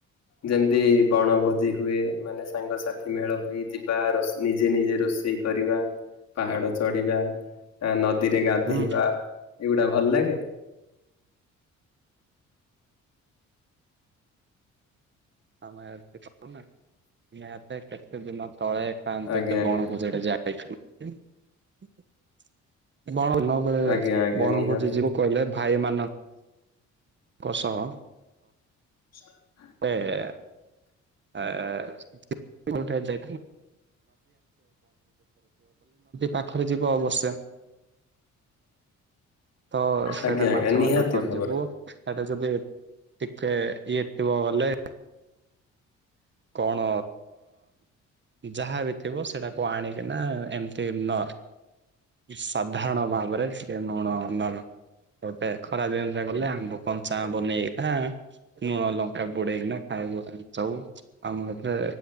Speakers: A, on the left; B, on the right.
A: ଯେମତି ବଣଭୋଜି ହୁଏ ମାନେ ସାଙ୍ଗ ସାଥି ମେଳ ହୋଇ ଯିବା ରୋଷେ ନିଜେ ନିଜେ ରୋଷେଇ କରିବା ପାହାଡ ଚଢିବା ନଦୀରେ ଗାଧେଇବା
B: ହୁଁ
A: <unintelligible> ଗୁଡା ଭଲ ଲାଗେ?
B: <unintelligible> ତଳେ ଖାଆନ୍ତି
A: ଆଜ୍ଞା
B: ଗୋଟେ
A: ଆଜ୍ଞା
B: ବଣ ଭୋଜିଟେ <unintelligible> ଯାଇଥିଲ <unintelligible>
A: ଆଜ୍ଞା ଆଜ୍ଞା
B: ବଣ
A: ନିହାତି
B: ଭୋଜି ଯିବୁ କହିଲେ ଭାଇମାନ <unintelligible> କ ସହ
A: <unintelligible>
B: <unintelligible> <unintelligible> <unintelligible> ନଦୀ ପାଖରେ ଯିବ ଅବଶ୍ୟ ତ ସେଟା
A: ଆଜ୍ଞା ଆଜ୍ଞା
B: ମାଛ
A: ନିହାତି
B: ଭାତ ଧରିଯିବୁ
A: ଭାବରେ।
B: ଯଦି ଟିକେ ଇଏ ଥିବ ଭଲେ କଣ? ଯାହା ବି ଥିବ ସେଟାକୁ ଆଣିକିନା ଏମତି ନ ସାଧାରଣ ଭାବରେ <unintelligible> ଭାବରେ <unintelligible> ଏବେ ଖରା ଦିନ ଯେ ଗଲେ ଆମ୍ବ କଞ୍ଚା ଆମ୍ବ ନେଇକିନା ନୁଣ ଲଙ୍କା ବୁଡେଇକିନା ଖା <unintelligible> ଆମ ଏରେ